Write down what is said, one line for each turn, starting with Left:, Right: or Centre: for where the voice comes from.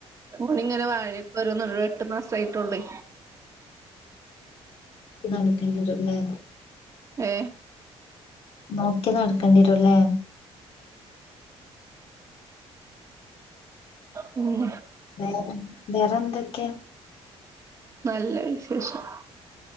Right: ഓണ ഇങ്ങനെ വാഴയൊക്കെോന്ന എട്ട് മാസായിട്ടുള്ളേ
Left: നടക്കണ്ടിട്ടല്ലേ
Right: ഏ
Left: നോക്കി നടക്കണ്ടിരൂല്ലേ
Right: ഉം
Left: വേറെ വേറെന്തൊക്കെയാ?
Right: നല്ല വിശേഷം